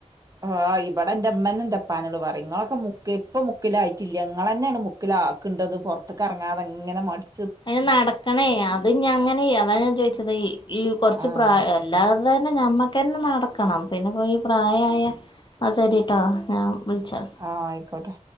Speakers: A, on the right; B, on the left.
A: ആഹ് ഇവിടെ എന്റെമ്മേന് എന്റുപ്പാനോട് പറയും. ഇങ്ങളൊക്കെ മുക്ക് ഇപ്പ മുക്കില് ആയിട്ടില്ല. ഇങ്ങള് തന്നെയാണ് മു <unintelligible> ഇണ്ടത് പൊറത്തേക്ക് എറങ്ങാതെ ഇങ്ങനെ മടി
B: അതിന് നടക്കണേ. അത് ഞാ അങ്ങനെ അതാണ് ഞാൻ ചോദിച്ചത് ഈ കുറച്ച്
A: ആഹ്
B: പ്രാ എല്ലാസം തന്നെ ഞമ്മക്കന്നെ നടക്കണം. പിന്നെ പോയി പ്രായമായ ആ ശരിട്ടാ. ഞാൻ വിളിച്ചാ.
A: ആഹ് ആയിക്കോട്ടെ.